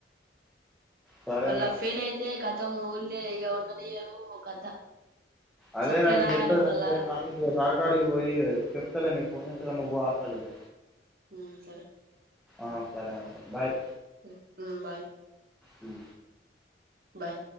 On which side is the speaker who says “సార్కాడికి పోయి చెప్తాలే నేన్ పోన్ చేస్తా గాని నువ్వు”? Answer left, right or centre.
Centre